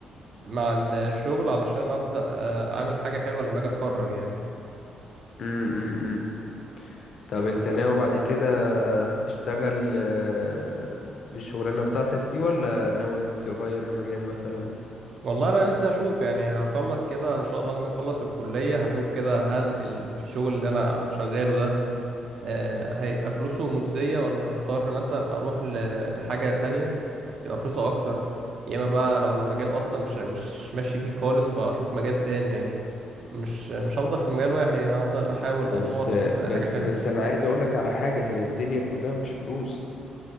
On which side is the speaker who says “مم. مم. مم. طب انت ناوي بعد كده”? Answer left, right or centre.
Left